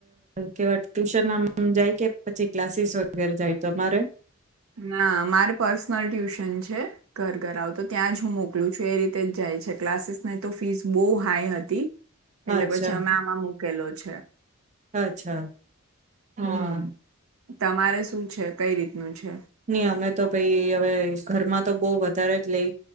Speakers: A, on the right; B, on the right.
A: કેવાય ટ્યુશન જાય કે પછી ક્લાસીસ વગેરે જાય તમારે?
B: ના મારે પર્સનલ ટ્યુશન છે ઘર-ઘર આવ તો ત્યાં જ હું મોકલું છું એ રીતે જ જાય છે ક્લાસીસની તો ફીસ બહુ હાઈ હતી. એટલે
A: અચ્છા
B: પછી અમે આમાં મૂકેલો છે.
A: અચ્છા
B: હમ્મ.
A: હા
B: તમારે શું છે કઈ રીતનું છે.
A: ની અમે તો ભાઈ હવે ઘરમાં તો બહુ વધારે જ લઈ.